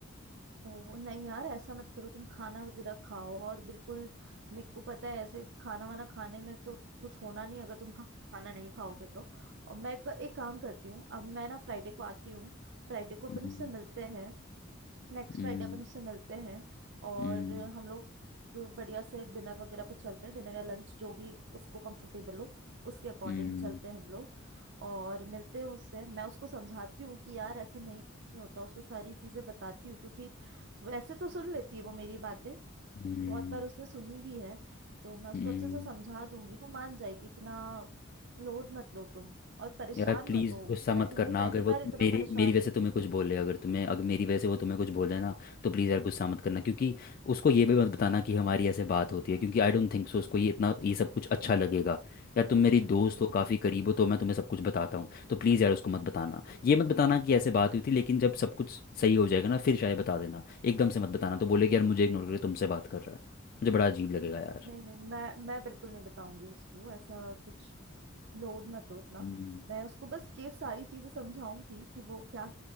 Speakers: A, on the right; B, on the left.
A: ओ नहीं यार ऐसा मत करो तुम खाना वगैरह खाओ और बिल्कुल मेरे को पता है ऐसे खाना वाना खाने में तो कुछ होना नहीं अगर तुम खा, खाना नहीं खाओगे तो और मैं क- एक काम करती हूँ अब मैं ना फ्राइडे को आती हूँ फ्राइडे को अपन
B: हम्म
A: उससे मिलते हैं नेक्स्ट
B: हम्म
A: फ्राइडे अपन उससे मिलते हैं और
B: हम्म
A: हम लोग बढ़िया से डिनर वगैरह पे चलते हैं डिनर या लंच जो भी उसको कंफर्टेबल हो उसके अकॉर्डिंग
B: हम्म
A: चलते हैं हम लोग और मिलते हैं उससे मैं उसको समझाती हूँ कि यार ऐसा नहीं होता उसको सारी चीजें बताती हूँ क्योंकि वैसे तो सुन लेती है वो मेरी बातें
B: हम्म
A: बहुत बार उसने सुनी भी है तो मैं उसको
B: हम्म।
A: अच्छे से समझा दूंगी वो मान जाएगी इतना लोड मत लो तुम और परेशान
B: यार प्लीज़
A: मत हो
B: गुस्सा
A: मैं
B: मत
A: तुमको
B: करना
A: पहली
B: अगर वो
A: बार इतना
B: मेरी
A: परेशान
B: मेरी वजह से
A: देखी
B: तुम्हें कुछ बोले अगर तुम्हें अगर मेरी वजह से वो तुम्हें कुछ बोले ना तो प्लीज़ यार गुस्सा मत करना क्योंकि उसको ये भी मत बताना कि हमारी ऐसे बात होती है क्योंकि आई डोंट थिंक सो उसको ये इतना ये सब कुछ अच्छा लगेगा यार
A: हम्म
B: तुम मेरी
A: हम्म
B: दोस्त
A: हम्म
B: हो काफ़ी करीब हो तो मैं तुम्हें सब कुछ बताता हूँ तो प्लीज़ यार उसको मत बताना ये मत बताना कि ऐसे बात हुई थी लेकिन जब सब कुछ सही हो जाएगा ना फिर शायद बता देना एकदम से मत बताना तो बोले कि यार मुझे इग्नोर करके तुमसे बात कर रहा है मुझे बड़ा अजीब लगेगा यार
A: नहीं नहीं मैं मैं बिल्कुल नहीं बताऊंगी उसको ऐसा कुछ लोड मत लो इतना
B: हम्म
A: मैं उसको बस ये सारी चीजें समझाऊंगी कि वो क्या